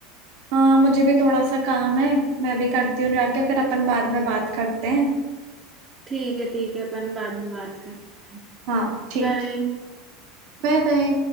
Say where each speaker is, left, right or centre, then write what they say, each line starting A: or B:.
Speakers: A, on the right (about 55°); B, on the right (about 25°).
A: हाँ मुझे भी थोड़ा सा काम है मैं भी करती हूँ जाके फिर अपन बाद में बात करते हैं
B: ठीक है ठीक है अपन बाद में बात करते हैं
A: हाँ ठीक
B: बाय
A: Bye bye